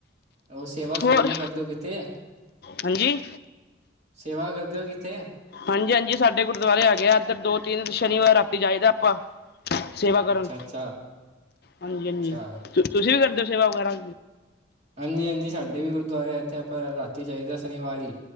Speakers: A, on the right; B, on the left.
A: ਉਹ ਸੇਵਾ ਸੁਵਾ
B: ਹੋਰ
A: ਵੀ ਕਰਦੇ ਓ ਕਿੱਥੇ?
B: ਹਾਂਜੀ
A: ਸੇਵਾ ਕਰਦੇ ਓ ਕਿੱਥੇ
B: ਹਾਂਜੀ‌, ‌‌ਹਾਂਜੀ ਸਾਡੇ ਗੁਰਦੁਆਰੇ ਹੈਗੇ ਆ ਇੱਧਰ ਦੋ ਤਿੰਨ ਸ਼ਨੀਵਾਰ ਰਾਤੀ ਜਾਈਦਾ ਆਪਾਂ। ਸੇਵਾ
A: ਅੱਛਾ
B: ਕਰਨ
A: ਅੱਛਾ,
B: ਹਾਂਜੀ ਹਾਂਜੀ,
A: ਅੱਛਾ
B: ਤੁਸੀਂ ਵੀ ਕਰਦੇ ਹੋ ਸੇਵਾ ਵਗੈਰਾ
A: ਹਾਂਜੀ ਹਾਂਜੀ, ਸਾਡੇ ਵੀ ਗੁਰਦੁਆਰੇ ਇੱਥੇ ਆਪਾਂ ਰਾਤੀ ਜਾਈਦਾ ਸ਼ਨੀਵਾਰ ਈ।